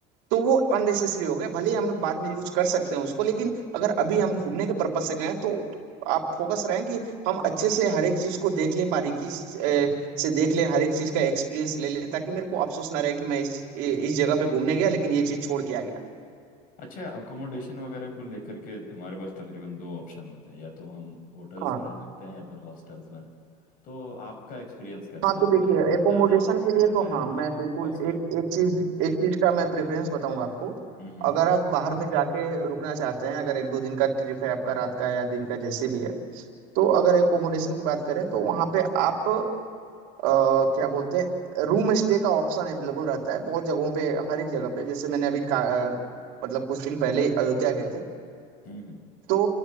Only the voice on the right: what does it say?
तो वो अननेसेसरी हो गया भले ही हम बाद में यूज कर सकते हैं उसको लेकिन अगर अभी हम घूमने के पर्पज से गए हैं, तो आप फोकस रहें कि हम अच्छे से हर एक चीज को देख लें बारीकी से से देख लें हर एक चीज का एक्सपीरियंस ले लें ताकि मेरे को अफसोस ना रहे कि मैं इस इस जगह पे घूमने गया लेकिन ये चीज छोड़ के आ गया
हाँ
हाँ
तो
देखिए
एकोमोडेशन
के लिए तो
हाँ मैं
बिल्कुल
एक एक चीज एक चीज का मैं प्रेफरेंस बताऊंगा आपको
अगर आप बाहर में जाके रुकना चाहते हैं अगर एक दो दिन का ट्रिप है आपका रात का या दिन का जैसे भी है तो अगर एकोमोडेशन की बात करें तो वहाँ पे आप अ, क्या बोलते हैं रूम स्टे का ऑप्शन अवेलेबल रहता है बहुत जगहों पे हर एक जगह पे जैसे मैंने अभी का, अ, मतलब कुछ दिन पहले ही अयोध्या गए थे
तो